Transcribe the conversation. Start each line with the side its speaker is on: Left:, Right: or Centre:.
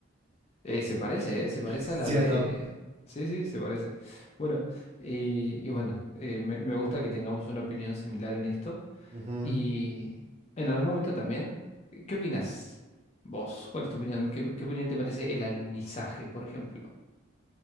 Left: Eh, se parece, ¿eh? Se parece
Right: ¿Sí
Left: a la de...
Right: o no?
Left: Sí, sí, se parece. Bueno, y, y bueno, eh, me, me gusta que tengamos una opinión similar en esto.
Right: Ujú.
Left: Y en algún momento también, eh, ¿qué opinas vos? ¿Cuál es tu opinión? ¿Qué, qué opinión te merece el alunizaje, por ejemplo?